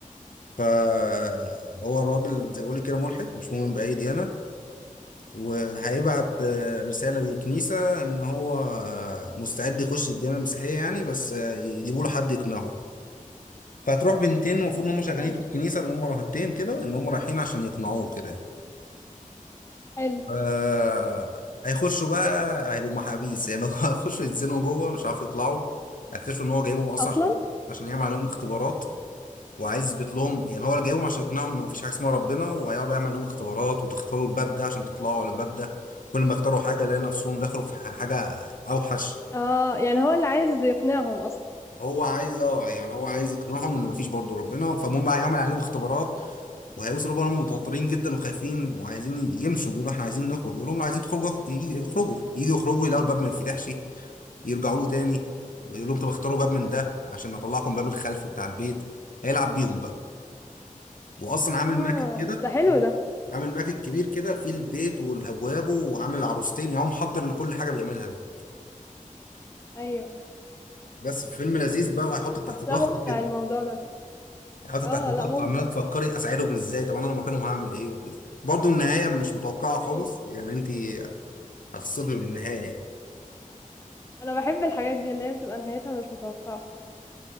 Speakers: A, on the left; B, on the left.
A: فهو الراجل زي ما بقول لك كده ملحد مش مؤمن بأي ديانة وهيبعت آه، رسالة للكنيسة إن هو آه، مستعد يخش الديانة المسيحية يعني بس آه، يجيبوا له حد يقنعه فهتروح بنتين المفروض إن هم شغالين
B: ماشي
A: في الكنيسة اللي هم راهبتين كده إن هم رايحين عشان يقنعوه كده يعني
B: حلو
A: آه، هيخشوا بقى هيبقوا محابيس يعني <laughs> هو هيخشوا يتزنوا جوه مش عارف يطلعوا هيكتشفوا إن هو جايبهم أصلا
B: اصلا
A: عشان عشان يعمل عليهم اختبارات وعايز يثبت لهم يعني هو اللي جايبهم عشان يقنعهم ان مفيش حاجه اسمها ربنا وهيقعد يعمل لهم اختبارات وتختاروا الباب ده عشان تطلعوا على الباب ده كل ما اختاروا حاجه لقى نفسهم دخلوا في ح- حاجه اوحش
B: اه يعني هو اللي عايز يقنعهم اصلا
A: هو عايز اه يعني هو عايز يقنعهم ان مفيش برضه ربنا فالمهم بقى هيعمل عليهم اختبارات وهيوصلوا بقى هم متوترين جدا وخايفين وعايزين يمشوا بيقولوا احنا عايزين نخرج يقول لهم لو عايزين تخرجوا اخ- يجي- يخرجوا يجوا يخرجوا يلاقوا الباب ما ينفتحش يرجعوا له تاني ويقول لهم طب اختاروا باب من ده عشان اطلعكم باب الخلف بتاع البيت هيلعب بيهم بقى واصلا عامل
B: اه
A: ماكت كده
B: ده حلو ده
A: عامل ماكت كبير كده فيه البيت والابواب وعامل عروستين يعني هو محضر لكل حاجه بيعملها دي.
B: ايوه
A: بس فيلم لذيذ بقى وهيحطك تحت
B: حاساه
A: ضغط
B: ممتع
A: كده
B: الموضوع ده
A: هيحطك
B: اه
A: تحت ضغط
B: لا ممتع
A: وعماله تفكري اساعدهم ازاي طب انا لو مكانهم هعمل ايه وكده برضه النهايه مش متوقعه
B: ايوه
A: خالص يعني انت هتصدمي بالنهايه يعني
B: انا بحب الحاجات دي اللي هي بتبقى نهايتها مش متوقعه